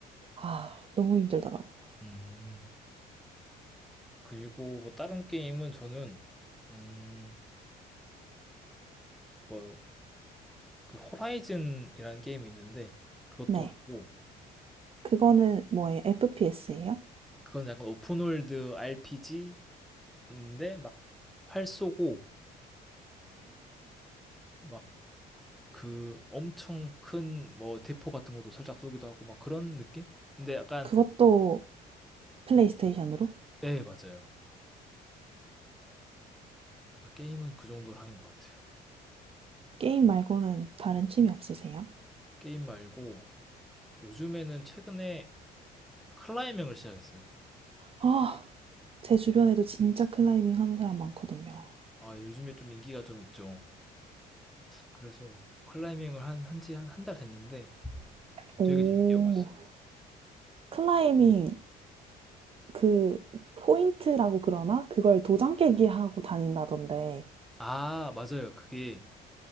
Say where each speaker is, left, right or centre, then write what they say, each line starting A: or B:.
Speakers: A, on the right (about 35°); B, in the centre.
A: 아, 너무 힘들더라고요.
B: 음. 그리고 뭐 다른 게임은 저는 음, 뭐 그 호라이즌이라는 게임이 있는데 그것도
A: 네.
B: 하고
A: 그거는 뭐예요? FPS예요?
B: 그건 약간 오픈월드 RPG인데 막 활 쏘고 막 그 엄청 큰 뭐 대포 같은 것도 살짝 쏘기도 하고 막 그런 느낌? 근데 약간
A: 그것도 플레이스테이션으로?
B: 네 맞아요. 그래서 게임은 그 정도로 하는 것 같아요.
A: 게임 말고는 다른 취미 없으세요?
B: 게임 말고 요즘에는 최근에 클라이밍을 시작했어요.
A: 아, 제 주변에도 진짜 클라이밍 하는 사람 많거든요.
B: 아 요즘에 좀 인기가 좀 있죠. 그래서 클라이밍을 한 한지 한 한 달 됐는데 지금
A: 오,
B: 되게 재밌게 하고 있어요.
A: 클라이밍 그 포인트라고 그러나 그걸 도장 깨기 하고 다닌다던데.
B: 아 맞아요. 그게